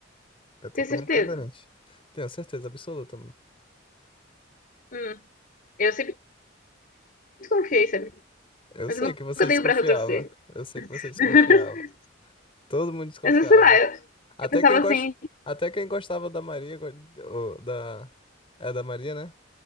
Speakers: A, on the left; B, on the left.
A: É totalmente
B: tenho certeza.
A: diferente. Tenho certeza absoluta.
B: Hum, eu sempre desconfiei, sabe?
A: Eu
B: Mas
A: sei
B: eu nunca
A: que você
B: dei
A: desconfiava.
B: o braço a torcer.
A: Eu sei que você desconfiava.
B: <laughs>
A: Todo mundo desconfiava.
B: Mas sei lá, eu,
A: Até
B: eu pensava
A: quem gosta,
B: assim,
A: até quem gostava da Maria, go- ou da é da Maria, né?